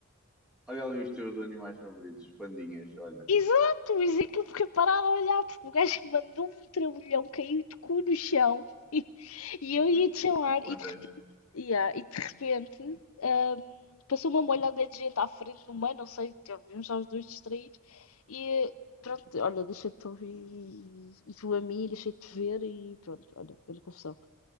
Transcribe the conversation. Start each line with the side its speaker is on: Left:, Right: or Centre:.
Centre: olha ali os teus animais favoritos, os pandinhas, olha.
Left: Exato, isso é que eu fiquei parada a olhar, porque o gajo mandou um trambolhão, caiu de cu no chão <laughs> e eu ia
Centre: Os
Left: te chamar
Centre: os
Left: e
Centre: pandas.
Left: de Yeah, e de repente, ahm, passou uma molhada de gente à frente no meio, não sei, vimos já os dois distraídos. E pronto, olha, deixei de te ouvir e, e tu a mim, deixei de te ver e pronto, olha, grande confusão.